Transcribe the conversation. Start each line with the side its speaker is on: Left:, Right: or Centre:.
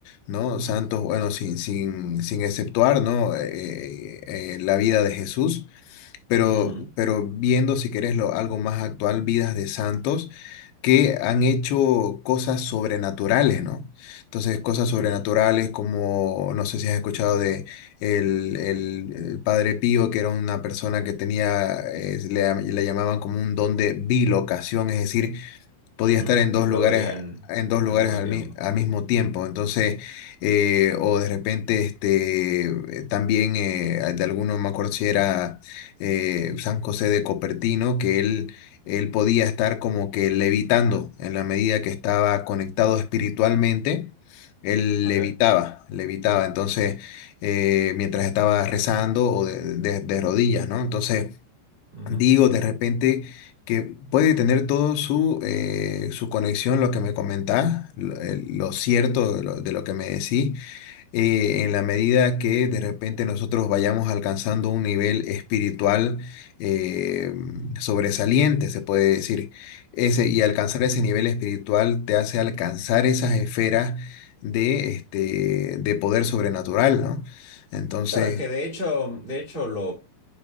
Left: ¿no? Santos, bueno, sin, sin, sin exceptuar, ¿no? Eh, eh, la vida de Jesús pero,
Right: ujú,
Left: pero viendo, si querés, lo, algo más actual, vidas de santos que han hecho cosas sobrenaturales, ¿no? Entonces, cosas sobrenaturales
Right: ujú.
Left: como, no sé si has escuchado de el, el- el Padre Pío, que era una persona que tenía, eh, le, le llamaban como un don de bilocación, es decir, podía
Right: Ujú,
Left: estar en dos
Right: que
Left: lugares,
Right: Lo veían
Left: en dos lugares
Right: al mismo
Left: al,
Right: tiempo.
Left: mi- al mismo tiempo. Entonces, eh, o de repente, este, eh, también eh, de alguno, me acuerdo si era eh, San José de Copertino, que él, él podía estar como que levitando en la medida que estaba conectado espiritualmente. Él
Right: Ok.
Left: levitaba, levitaba, entonces, eh, mientras estaba rezando o de, de de rodillas, ¿no? Entonces,
Right: ujú.
Left: Digo, de repente que puede tener todo su, eh, su conexión, lo que me comentás, lo, eh, lo cierto de lo, de lo que me decís, eh, en la medida que de repente nosotros vayamos alcanzando un nivel espiritual eh, sobresaliente, se puede decir. Ese, y alcanzar ese nivel espiritual te hace alcanzar esas esferas de, este, de poder sobrenatural, ¿no? Entonces,
Right: Claro, es que de hecho, de hecho lo,